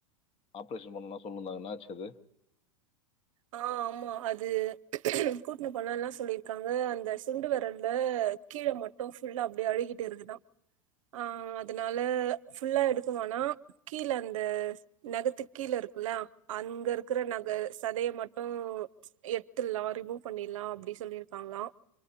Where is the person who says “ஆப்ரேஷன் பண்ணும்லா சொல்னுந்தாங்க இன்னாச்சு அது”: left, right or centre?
Left